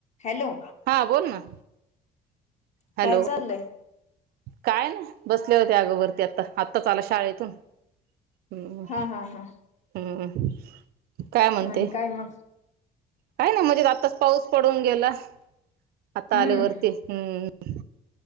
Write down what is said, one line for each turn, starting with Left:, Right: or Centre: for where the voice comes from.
Left: Hello.
Right: हां बोल ना. हॅलो
Left: काय चाललंय.
Right: काय ना बसले होते अगोवररती आता आत्ताच आला शाळेतून हम्म
Left: हा हा हा
Right: हम्म काय म्हणते.
Left: आणि काय मग
Right: काय नाही म्हणजे आताच पाऊस पडून गेला. आता
Left: हम्म
Right: आले वरती हम्म